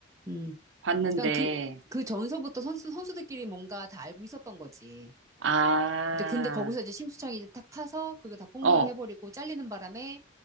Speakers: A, on the right; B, on the right.
A: 음.
B: 봤는데,
A: 그러니까 그, 그 전서부터 선수, 선수들끼리 뭔가 다 알고 있었던 거지.
B: 아,
A: 근데, 근데 거기서 이제 심수창이 이제 탁 타서 그거 다 폭로를
B: 어,
A: 해버리고 잘리는 바람에